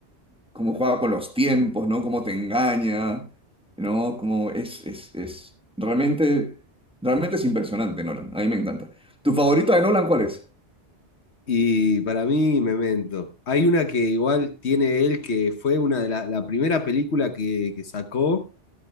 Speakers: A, in the centre; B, on the left.
A: como juega con los tiempos, ¿no? Cómo te engaña, ¿no? Como es, es, es realmente, realmente es impresionante, Nolan. A mí me encanta. ¿Tu favorita de Nolan cuál es?
B: Y para mí, Memento. Hay una que igual tiene él, que fue una de la, la primera película que, que sacó.